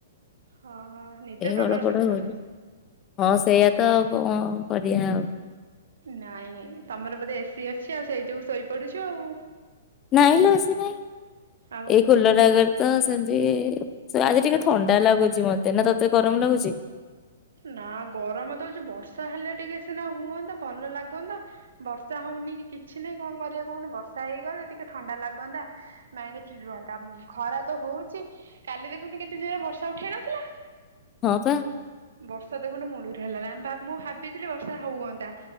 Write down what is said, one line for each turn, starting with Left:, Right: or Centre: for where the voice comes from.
Right: ହଁ, ହଁ, ନିଦ
Left: ଗଡ
Right: ପ୍ରବଳ
Left: ପଡ
Right: ବୋଧେ
Left: ହଉଚି
Right: ତତେ?
Left: ହଁ, ସେଇଆ ତ, ଆଉ କଣ କରିବା ଆଉ।
Right: ନାଇଁ, ତମର ବୋଧେ ଏସି ଅଛି, ଆଉ ସେଇ ଯୋଗୁ ଶୋଇପଡୁଛୁ ଆଉ।
Left: ନାଇଁ, ଲୋ ଏସି ନାହିଁ।
Right: ଆଉ
Left: ଏଇ କୁଲର ଆଗରେ। ତ ସେମତି ଆଜି ଟିକେ ଥଣ୍ଡା ଲାଗୁଛି ମତେ, ନା ତତେ ଗରମ ଲାଗୁଛି?
Right: ନା, ଗରମ ତ ହଉଛି, ବର୍ଷା ହେଲେ ଟିକେ ସିନା ହୁଅନ୍ତା, ଭଲ ଲାଗନ୍ତା। ବର୍ଷା ହଉନି କି, କିଛି ନାଇଁ, କଣ କରିବା କହୁନୁ? ବର୍ଷା ହେଇଗଲେ ଟିକେ ଥଣ୍ଡା ଲାଗନ୍ତା। ମାଇଣ୍ଡ ଫ୍ରି ରୁହନ୍ତା। ଖରା ତ ହଉଛି। କାଲି ଦେଖୁନୁ, କେତେ ଜୋରରେ ବର୍ଷା ଉଠେଇ ନଥିଲା।
Left: ହଁ, ବା।
Right: ବର୍ଷା ଦେଖୁନୁ ମୁଳୁରୁ ହେଲାନି, ଆମ ଭା ମୁଁ ଭାବିଥିଲି ବର୍ଷା ହୁଅନ୍ତା।